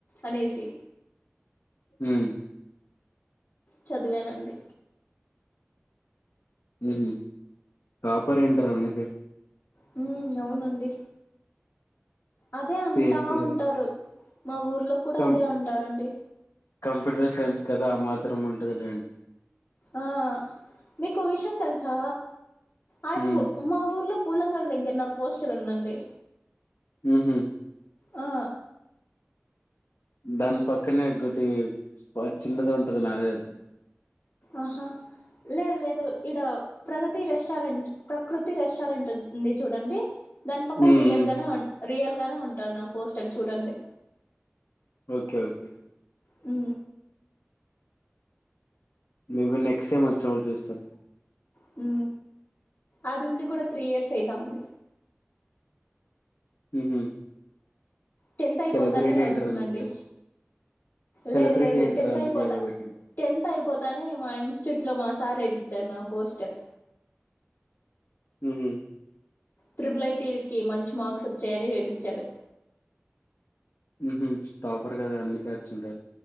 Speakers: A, on the left (about 50°); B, on the left (about 75°).
A: అనేసి
B: హుమ్
A: చదివానండి
B: హుమ్ టాపర్ అయ్యింటార్ అందుకే
A: హుమ్ అవునండి అదే అంటా
B: సిఎస్సి కదా
A: ఉంటారు. మా ఊర్లో కూడా
B: కం
A: అదే అంటారండి.
B: కంప్యూటర్ సైన్స్ కదా మాత్రం ఉంటదిలేండి.
A: ఆ మీకు విషయం తెలుసా ఆడ
B: ఉమ్
A: మా ఊర్లో పూలంగల దగ్గరన పోస్టర్ ఉందండి.
B: ఉహు
A: ఆ
B: దాని పక్కనే ఒకటి చిన్నద ఉంటది నాదే ఆది
A: ఆహా లేదు లేదు ఇడ ప్రగతి రెస్టారెంట్ ప్రకృతి రెస్టారెంట్ ఉంది చూడండి. దాని పక్కన
B: ఉమ్
A: రియల్
B: ఉమ్
A: గానే రియల్ గానే ఉంటుంది నా పోస్టర్ చూడండి.
B: ఓకే ఓకే
A: హు
B: మేబీ నెక్స్ట్ టైమ్ వచ్చినప్పుడు చూస్తాలే
A: హు అది ఉండి కూడా త్రీ ఇయర్స్ అయితా ఉంది.
B: ఉహు
A: టెన్త్ అయిపోతానే
B: సెలబ్రిటీ
A: వచ్చిందండి
B: అంటారు అందుకే సెలబ్రిటీ
A: లేదు లేదు
B: అంటారు
A: టెన్త్
B: అందుకే
A: అయిపోతా
B: అలా పెట్టింటారు
A: టెన్త్ అయిపోతానే మా ఇన్స్టిట్యూట్ మా సార్ ఎపిచ్చారు నా పోస్టర్
B: హు
A: ట్రిబుల్ఐటీకి మంచి మార్క్స్ వచ్చాయని వేపించాడు.
B: హు టాపర్ కదా అందుకే వచ్చంటే